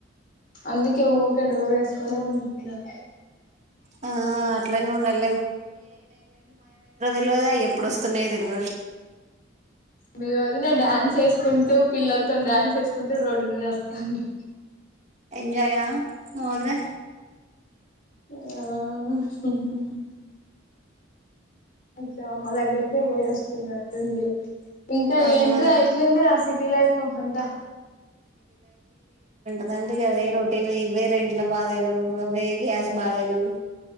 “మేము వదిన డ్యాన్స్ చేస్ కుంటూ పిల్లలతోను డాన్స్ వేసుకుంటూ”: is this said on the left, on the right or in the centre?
Left